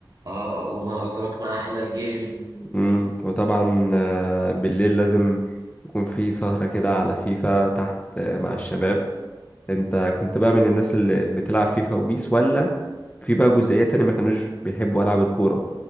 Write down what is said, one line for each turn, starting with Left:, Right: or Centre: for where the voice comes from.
Right: اه وما ادراك ما احلى الجيمنج
Left: مم. وطبعا آه، بالليل لازم يكون في سهرة كده على فيفا تحت آه، مع الشباب انت كنت بقى من الناس اللي بتلعب فيفا وبيس ولا في بقى جزئية تانية ما كانوش بيحبوا ألعاب الكورة